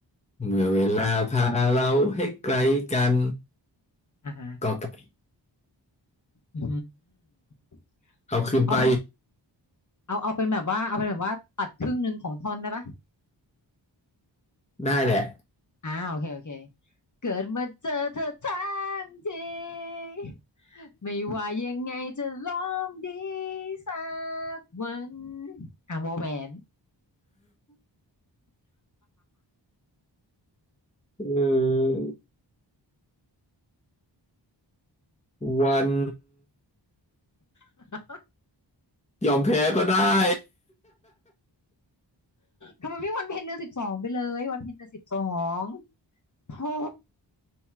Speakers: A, on the left; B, on the left.
A: เมื่อเวลาพาเราให้ไกลกัน
B: อ่าฮะ
A: ก็ไกล
B: อืม
A: เอาคืนไป
B: เอาเป็นเอาเอาเป็นแบบว่าเอาเป็นแบบว่าตัดครึ่งหนึ่งของท่อนได้ปะ
A: ได้แหละ
B: อ่าโอเคโอเคเกิดมาเจอเธอทั้งทีไม่ว่ายังไงจะลองดีสักวันอ่าวอแหวน
A: เออวัน
B: <laughs>
A: ยอมแพ้ก็ได้
B: ทำไมไม่วันเพ็ญเดือนสิบสองไปเลยวันเพ็ญเดือนสิบสองโธ่